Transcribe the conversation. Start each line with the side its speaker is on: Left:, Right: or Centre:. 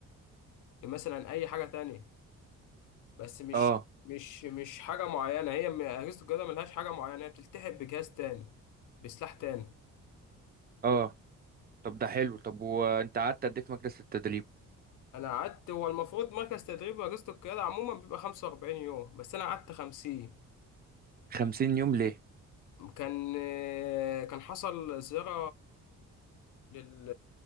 Left: بمثلا أي حاجة تانية بس مش
Right: اه
Left: مش مش حاجة معينة هي م- أجهزة القيادة ملهاش حاجة معينة هي بتلتحق بجهاز تاني بسلاح تاني
Right: اه طب ده حلو طب وانت قعدت قد ايه في مجلس التدريب
Left: انا قعدت هو المفروض مركز تدريب رئاسة القيادة عموما بيبقى 45 يوم بس انا قعدت 50
Right: 50 يوم ليه
Left: كان كان حصل زيارة لل...